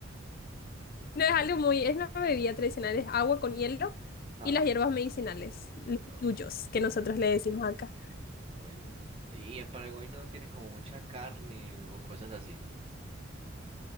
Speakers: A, on the left (about 50°); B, on the right (about 30°).
A: No es algo muy, es una bebida tradicional, es agua con hielo
B: Ah,
A: y las hierbas medicinales, los
B: pero
A: yuyos
B: bueno,
A: que nosotros le decimos acá.
B: ay, no. Y en Paraguay no tienen como mucha carne o cosas así.